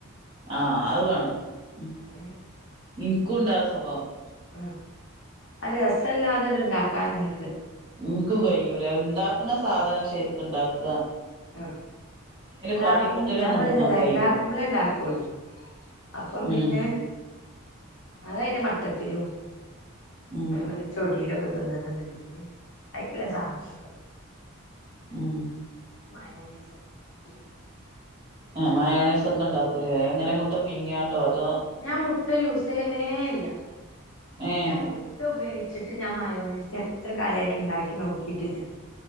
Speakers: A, on the right (about 25°); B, on the left (about 60°).
A: ആ അവ് വേണം മ്
B: ഏഹ്
A: ഇനിക്കുണ്ടാസ്വഭാവം.
B: അ അരസല്ലാതടണ്ട് ണ്ടാക്കാൻ ഇൻ
A: ഇൻക്കും കഴിയൂലാ ണ്ടാക്ണ സാധനം ശരിക്ക്‌ണ്ടാക്ക
B: അ ണ്ടാക്കും
A: കാട്ടിക്കൂട്ടലൊന്നും
B: ഞാൻ പറയല്ലത്
A: ന കയ്യൂല
B: ണ്ടാക്കുമ്പോളേ ണ്ടാക്കൊള്ളു അപ്പം
A: ഉം
B: പിന്നെ അതയ്‌ന്റെ മട്ടം ത്തിലും
A: ഉം
B: ഒരുചൊടിയിലൊക്കെ തിന്നണന്ന്ണ്ടെങ്കില് അയ്ക്ക്ള്ള സാധനൊക്കെ
A: ഉം
B: മായോണസൈക്കെ
A: മയോണയ്സൊക്കെ ണ്ടാക് ക്കുലേ എങ്ങനെ മുട്ട പുയ്ങ്യാണ്ടോ അതോ
B: ഞാൻ മുട്ട യൂസ് ചെയ്യലേ ഇല്ല
A: ഏ
B: ഞാൻ മുട്ട ഉപയോഗി ച്ചിട്ട് ഞാമായോണൈസ് എത്ര കാലായിട്ട്ണ്ടാക്കി നോക്കിട്ടില്ല.